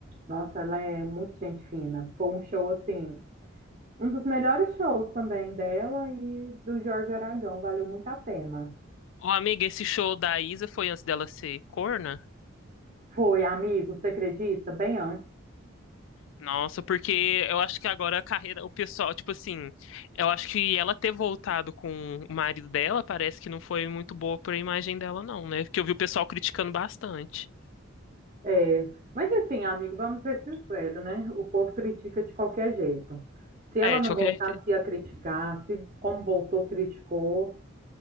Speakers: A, on the right; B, on the left.
A: Nossa, ela é muito gente fina. Foi um show assim Um dos melhores shows também dela e do Jorge Aragão, valeu muito a pena.
B: Ô, amiga, esse show da Isa foi antes dela ser corna?
A: Foi, amigo, você acredita? Bem antes.
B: Nossa, porque eu acho que agora a carreira, o pessoal, tipo assim, eu acho que ela ter voltado com o marido dela parece que não foi muito boa pra imagem dela, não, né? Porque eu vi o pessoal criticando bastante.
A: É, mas assim, amigo, vamos ser sinceros, né? O povo critica de qualquer jeito. Se ela
B: É, de
A: não
B: qualquer,
A: voltasse, ia criticar. Se como voltou, criticou.